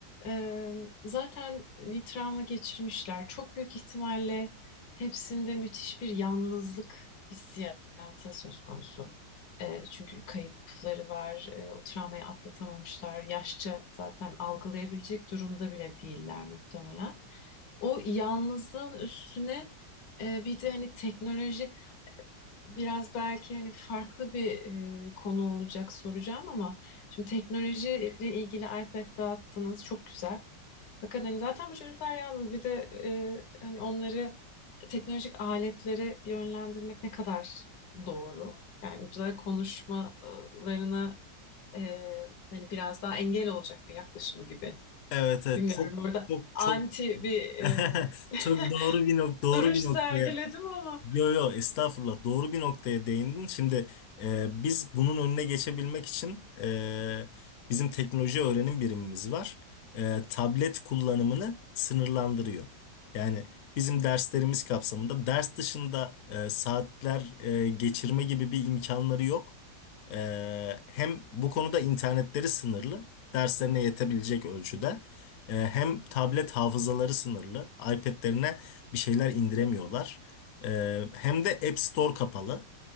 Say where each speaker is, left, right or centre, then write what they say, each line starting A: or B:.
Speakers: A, on the left; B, on the left.
A: e, zaten bir travma geçirmişler. Çok büyük ihtimalle hepsinde müthiş bir yalnızlık hissiyatı söz konusu. E, çünkü kayıpları var, e, o travmayı atlatamamışlar. Yaşça zaten algılayabilecek durumda bile değiller muhtemelen. O yalnızlığın üstüne ee, bir de hani teknoloji biraz belki hani farklı bir e, konu olacak soracağım ama şimdi teknolojiyle ilgili iPad dağıttınız çok güzel. Fakat hani zaten bu çocuklar yalnız bir de e, hani onları teknolojik aletlere yönlendirmek ne kadar doğru? Yani güzel konuşmalarına e, hani biraz daha engel olacak bir yaklaşım gibi.
B: Evet, evet
A: Bilmiyorum
B: çok
A: burada
B: çok
A: anti
B: çok
A: bir
B: <laughs>
A: e, <laughs>
B: çok doğru bir nok doğru
A: duruş
B: bir
A: sergiledim
B: noktaya
A: ama.
B: Yo yo estağfurullah doğru bir noktaya değindin. Şimdi e, biz bunun önüne geçebilmek için e, bizim teknoloji öğrenim birimimiz var. E, tablet kullanımını sınırlandırıyor. Yani bizim derslerimiz kapsamında ders dışında e, saatler e, geçirme gibi bir imkanları yok. E, hem bu konuda internetleri sınırlı derslerine yetebilecek ölçüde. E, hem tablet hafızaları sınırlı. iPad'lerine bir şeyler indiremiyorlar. Ee, hem de App Store kapalı.